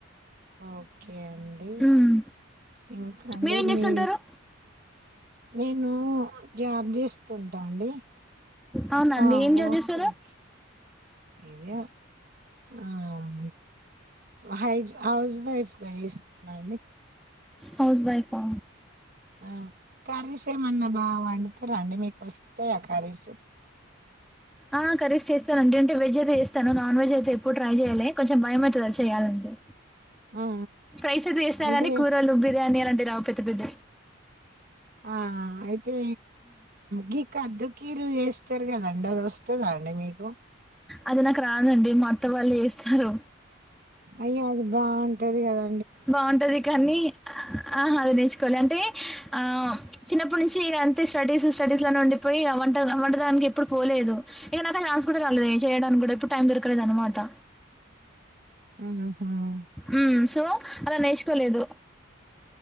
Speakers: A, on the right (about 45°); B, in the centre.
A: ఓకే అండి
B: మ్మ్
A: ఇంకాండి
B: మీరేం చేస్తుంటారు
A: మీ నేను జాబ్ చేస్తుంటా అండి
B: అవునా అండి
A: ఆ
B: ఏం జాబ్
A: ఓకే
B: చేస్తారు
A: ఓకే ఇదే ఆమ్ హై హౌస్ వైఫ్ గా ఇస్తున్నాండి
B: హౌస్ వైఫా
A: ఆ కర్రీస్ ఏమన్నా బావండుతరండి మీకు వస్తాయా ఆ కర్రీసు
B: ఆ కరీస్ చేస్తానండి అంటే వెజ్ అయితే చేస్తాను నాన్ వెజ్ అయితే ఎప్పుడు ట్రై చేయాలే కొంచెం భయమయితది అది చేయాలంటే
A: ఆ ఆ
B: ఫ్రైస్ అయితే చేస్తా
A: అంటే
B: కానీ కూరలు బిర్యానీ అట్లాంటివి రావు పెద్ద పెద్ద
A: ఆ అయితే గి కదుకీరు చేస్తారు కదండి అది వస్తుందా అండి మీకు
B: అది నాకు రాదండి మా అత్త వాళ్ళు చేస్తారు
A: అయ్యో అది బాగుంటది కదా
B: బాగుంటది కానీ ఆహా అది నేర్చుకోలే అంటే ఆ చిన్నప్పటి నుంచి ఇక అంతే స్టడీస్ స్టడీస్ లోనే ఉండిపోయి వంట వంటడానికి ఎప్పుడు పోలేదు ఇక నాకు ఆ ఛాన్స్ కూడా రాలేదు ఏ చేయడానికి కూడా ఎప్పుడు టైం దొరకలేదు అనమాట
A: ఉహుంహు
B: ఉ సో అలా నేర్చుకోలేదు